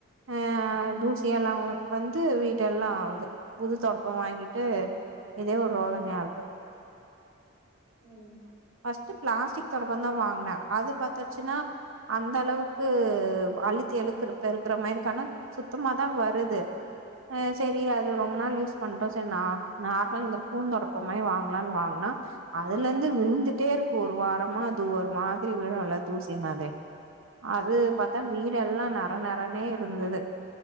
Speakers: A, on the right; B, on the right.
A: அ அந் தூசியெல்லா உ வந்து வீட்டயெல்லா இது புது தொடப்போ வாங்கிட்டு இதே ஒரு ரோதனையா இருக்கு
B: ம்
A: ஃபஸ்ட் பிளாஸ்டிக் தொடப்பதா வாங்குனே அது பாத்தாச்சுன்னா அந்தளவுக்கு அழுத்தி அழுக்குற பெருக்கிற மாரி கணக் சுத்தமாதா வருது அ சேரி அது ரொம்ப நாள் யூஸ் பண்ட்டோ சேர் நா நார்மல் இந்த பூந்தொடப்போ மாரி வாங்லான் வாங்னா அதுலர்ந்து
B: ம் ம்
A: விழுந்துட்டே இருக்கு ஒரு வாரமா அது ஒரு மாதிரி விழுல்ல தூசி மாதிரி அது
B: ம்
A: பாத்தா வீடெல்லா நற நறன்னே இருந்துது